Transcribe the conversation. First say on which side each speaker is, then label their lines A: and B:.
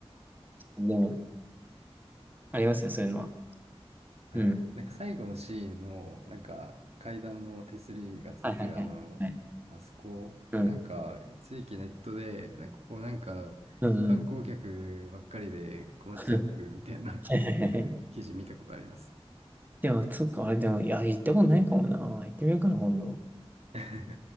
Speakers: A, on the right; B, on the right.
A: でも、ありますよ、そういうのは。
B: はい。
A: うん。
B: なんか最後のシーンの、なんか階段の手すりがついてるあの、
A: はいはいはい。はい。
B: あそこ、
A: うん。
B: なんか一時期ネットで、なんかここなんか観光客ばっかりで困っちゃうみたいな
A: うんうん。<laughs> はいはいはい。
B: <laughs> そういう記事見たことあります。
A: でも、そっか、あれでも、いや、行ったことないかもな。行ってみようかな、今度。
B: <laughs>